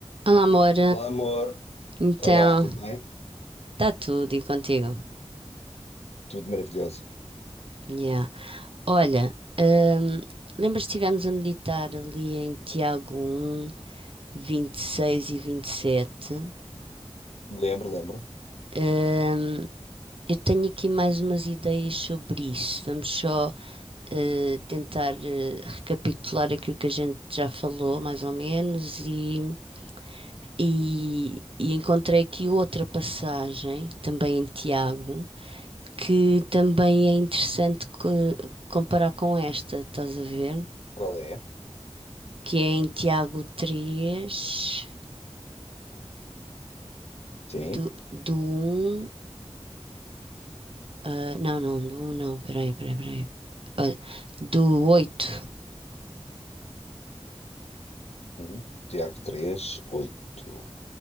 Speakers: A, on the right; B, on the left.
A: Olá, amor.
B: Olá, amor.
A: Então,
B: Olá, tudo bem?
A: está tudo e contigo?
B: Tudo maravilhoso.
A: Yeah. Olha, hum, lembras que estivemos a meditar ali em Tiago um vinte e 27?
B: Lembro, lembro.
A: Hum, eu tenho aqui mais umas ideias sobre isso. Vamos só eh, tentar eh, recapitular aquilo que a gente já falou, mais ou menos, e, e, e encontrei aqui outra passagem, também em Tiago. que também é interessante co- comparar com esta, estás a ver?
B: Qual é?
A: Que é em Tiago 3
B: Sim.
A: do, do 1. ah, não, não, do um não, peraí, peraí, peraí. Olha, do 8.
B: Hum. Tiago três oito.